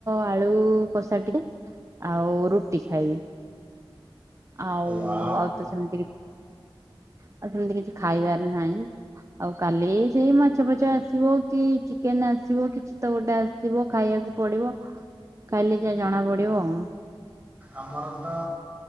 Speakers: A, on the right; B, on the right.
A: ଆଳୁ କଷା ଟିକେ ଆଉ ରୁଟି ଖାଇବି। ଆଉ
B: ୱା
A: ଆଉ ତ ସେମତି କିଛି ଆଉ ସେମିତି କିଛି ଖାଇବାର ନାହିଁ। ଆଉ କାଲି ସେଇ ମାଛ ଫଛ ଆସିବ କି ଚିକେନ ଆସିବ କିଛି ତ ଗୋଟେ ଆସ ଆସିବ ଖାଇବାକୁ ପଡିବ ଖାଇଲେ ଜା ଜଣା ପଡିବ ଆଉ।
B: ଆମର ତ